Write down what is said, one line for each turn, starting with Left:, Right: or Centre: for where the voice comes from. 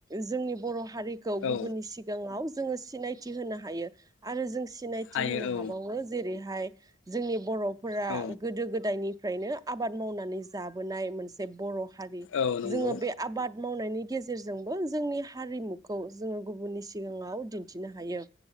Right: जोंनि बर' हारिखौ गुबुननि
Left: औ
Right: सिगाङाव जोङोसि सिनायथि होनो हायो आरो जों सि सिनायथि
Left: हायो
Right: होनो हाबावो जेरैहाय जोंनि बर' फोरा
Left: औ
Right: गोदो गोदायनि फ्रायनो आबाद मावनानै जाबोनाय मोनसे बर' हारि
Left: औ नंगौ
Right: जोङो बे आबाद मावनायनि गेजेरजोंबो जोंनि हारिमुखौ जोङो गुबुननि सिगाङाव दिन थिनो हायो